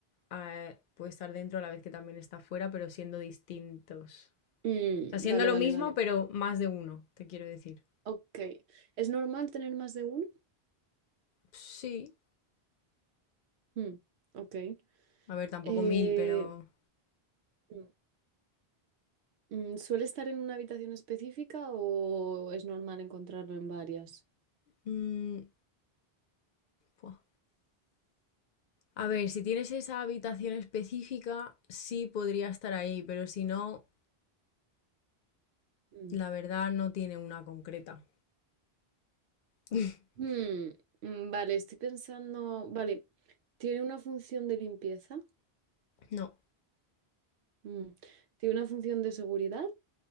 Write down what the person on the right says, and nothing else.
Mm,
vale,
vale,
vale.
Ok. ¿Es normal tener más de uno?
Mm, ok.
Eh,
mm, mm, ¿suele estar en una habitación específica o es normal encontrarlo en varias?
Mm.
Mm, mm, vale, estoy pensando, vale, ¿tiene una función de limpieza?
Mm. ¿Tiene una función de seguridad?